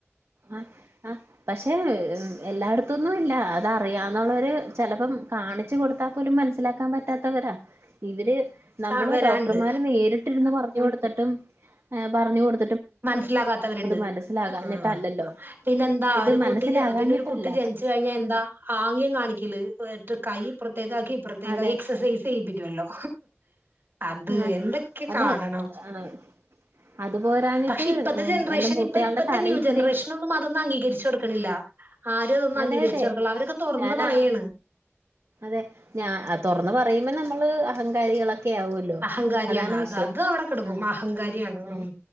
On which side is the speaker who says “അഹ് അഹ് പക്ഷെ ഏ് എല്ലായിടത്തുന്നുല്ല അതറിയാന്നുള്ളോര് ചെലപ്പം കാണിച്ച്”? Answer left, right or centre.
Right